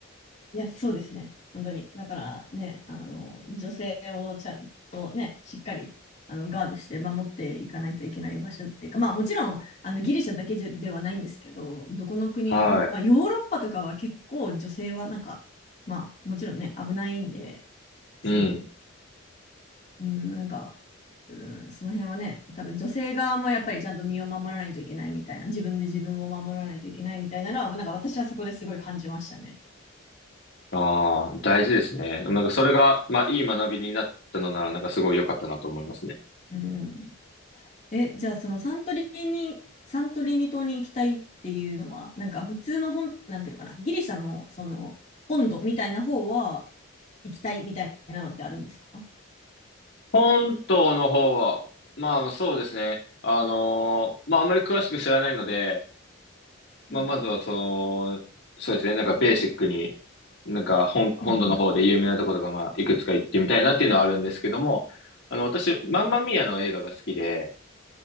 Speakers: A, on the left (about 35°); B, on the left (about 55°).
A: いや、そうですね。本当に。だからね、あの、女性をちゃんとね、しっかりあのガードして守っていかないといけない場所っていうか、まあもちろんあのギリシャだけじゃではないんですけど、どこの国、
B: は
A: うんまあ、ヨーロッパとかは結構女性はなんか、まあもちろんね、危ないんで、そ
B: い。うん。
A: う、うん、なんか、うん、その辺はね、多分女性側もやっぱりちゃんと身を守らないといけないみたいな、自分で自分を守らないといけないみたいなのは、なんか私はそこですごい感じましたね。
B: ああ、大事ですね。でもなんかそれが、まあいい学びになったのなら、なんかすごい良かったなと思いますね。
A: うんえ、じゃあそのサントリーニ、サントリーニ島に行きたいっていうのは、なんか普通の本、なんていうのかな、ギリシャのその本土みたいな方は行きたいみたいなのってあるんですか
B: 本島の方は、まあそうですね。あのーまああんまり詳しく知らないので、まあ、
A: うん
B: まずは、そう、そうですね。なんかベーシックに、なんか本、本土の方で有名なところが、
A: うんう
B: まあ、いくつか行ってみたいなっていうのはあるんですけども、あの、私、
A: ん。
B: マンマミアの映画が好きで、